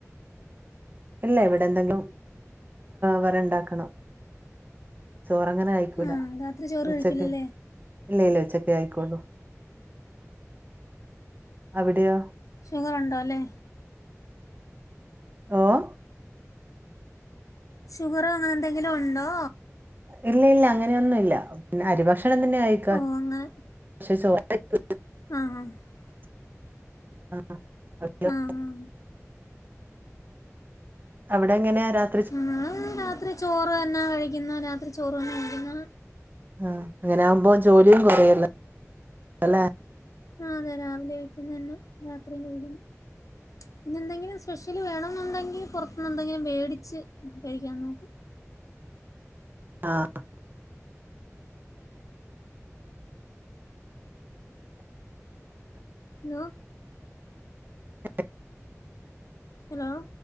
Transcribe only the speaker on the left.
ആ രാത്രി ചോറ്
കഴിക്കില്ലല്ലേ
ഷുഗർ ഒണ്ടോ അല്ലേ.
ഷുഗറോ അങ്ങനെ എന്തെങ്കിലും ഒണ്ടോ?
ഓ അങ്ങനെ
ആ ആ
ആഹ്
ങ്ങ രാത്രി ചോറ് തന്നാ കഴിക്കുന്ന രാത്രി ചോറ് തന്ന കഴിക്കുന്ന.
ആഹ് അതെ രാവിലെ വെക്കുന്ന തന്നെ രാത്രി കഴിക്കും പിന്നെ എന്തെങ്കിലും സ്പെഷ്യല് വേണം എന്നുണ്ടെങ്കിൽ പുറത്തുനിന്ന് എന്തെങ്കിലും മേടിച്ച് കൈക്കാൻ നോക്കും.
ഹലോ.
ഹലോ.